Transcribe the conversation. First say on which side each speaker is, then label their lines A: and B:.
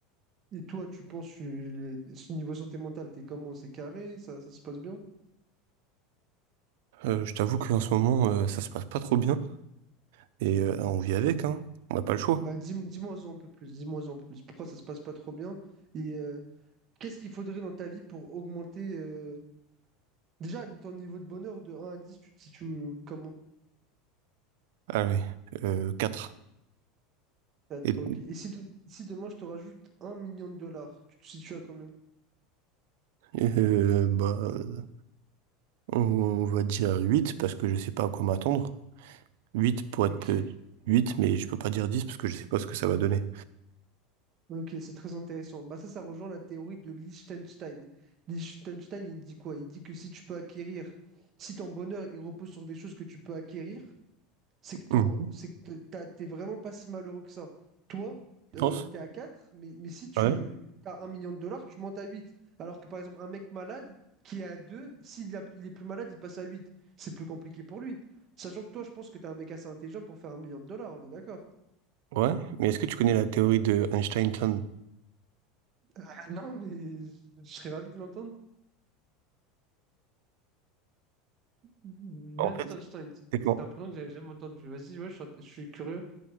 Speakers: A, on the right; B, on the right.
A: Et toi, tu penses, euh, ce niveau santé mentale, t'es comment? C'est carré? Ça, ça se passe bien?
B: Euh, je t'avoue qu'en ce moment, euh, ça se passe pas trop bien. Et euh, on vit avec, hein. On n'a pas le choix.
A: Bah, dis, moi un peu plus. Dis-moi un peu plus. Pourquoi ça se passe pas trop bien? Et euh, qu'est-ce qu'il faudrait dans ta vie pour augmenter euh, déjà ton niveau de bonheur de un à dix tu te situes comment?
B: Ah oui, euh, 4.
A: Quatre,
B: Et,
A: ok. Et si, de- si demain je te rajoute un million de dollars, tu te situes à combien?
B: euh, bah, euh, on va dire 8 parce que je sais pas à quoi m'attendre. 8 pour
A: Ok.
B: être peu. Huit, mais je peux pas dire 10 parce que je sais pas ce que ça va donner.
A: Ok, c'est très intéressant. Bah ça, ça rejoint la théorie de Liechtenstein. Liechtenstein, il dit quoi? Il dit que si tu peux acquérir, si ton bonheur il repose sur des choses que tu peux acquérir, c'est que t'en-
B: Hmm.
A: c'est que t'es t'as- t'es vraiment pas si malheureux que ça. Toi,
B: Tu
A: euh,
B: penses?
A: t'es à 4, mais, mais si tu
B: Ouais.
A: as un million de dollars, tu montes à 8. Alors que par exemple, un mec malade qui est à 2, s'il a- il est plus malade, il passe à 8. C'est plus compliqué pour lui. Sachant que toi, je pense que t'es un mec assez intelligent pour faire un million de dollars, on est d'accord?
B: Ouais, mais est-ce que tu connais la théorie de Einstein-John?
A: Ah, non, mais je je serais ravi de l'entendre. Liechtenstein,
B: En fait,
A: c'est
B: c'est quand
A: c'est un prénom que j'avais jamais entendu. Vas-y, ouais, je suis, int- je suis curieux.